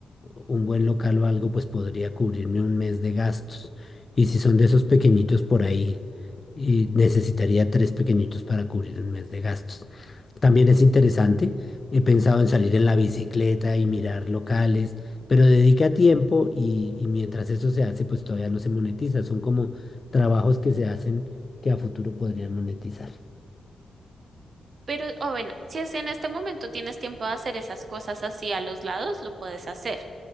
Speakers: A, on the left; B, on the right.
A: un buen local o algo, pues podría cubrirme un mes de gastos. Y si son de esos pequeñitos por ahí, y necesitaría tres pequeñitos para cubrir un mes de gastos. También
B: Ujú.
A: es interesante. He pensado en salir en la bicicleta y mirar locales, pero dedica tiempo y, y mientras eso se hace, pues todavía no se monetiza. Son como trabajos que se hacen que a futuro podrían monetizar.
B: Pero, o bueno, si es en este momento tienes tiempo de hacer esas cosas así a los lados, lo puedes hacer.